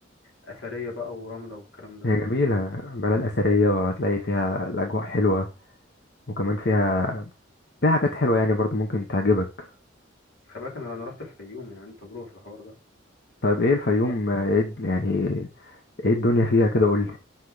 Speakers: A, on the left (about 80°); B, on the left (about 55°).
A: اثريه بقى ورمله والكلام ده
B: هي جميلة بلد أثرية وهتلاقي فيها الأجواء حلوة وكمان فيها فيها حاجات حلوة يعني برضو ممكن تعجبك
A: خلي بالك انا انا رحت الفيوم يعني عندي تجربه في الحوار ده
B: طيب ايه الفيوم
A: بقول لك
B: آه، ايه الد- يعني ايه الدنيا فيها كده قولي